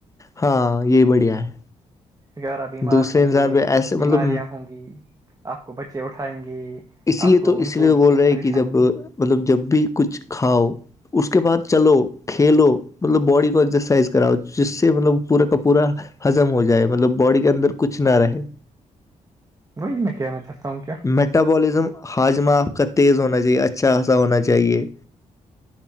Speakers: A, on the left (about 25°); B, on the right (about 25°).
A: ہاں یہی بڑھیا ہے
B: غیرہ بیمار
A: دوسرے
B: ہوں
A: انسان
B: گے
A: پہ ایسے
B: بیماریاں
A: مطلب
B: ہوں گی آپ کو بچے اٹھائیں گے
A: اسی
B: آپ
A: لیے
B: کو
A: تو
B: ان
A: اس
B: کو
A: لیے بول رہے
B: پریشان
A: ہے کہ جب مطلب جب بھی کچھ کھاؤ اس کے بعد چلو کھیلو مطلب باڈی کو ایکسرسائز کراؤ جس سے مطلب پورا کا پورا ہزم ہو جائے مطلب باڈی کے اندر کچھ نہ رہے
B: وہ میں کہنا چاہتا ہوں
A: میٹابولزم ہاجمہ آپ کا تیز ہونا چاہیے اچھا خاصا ہونا چاہیے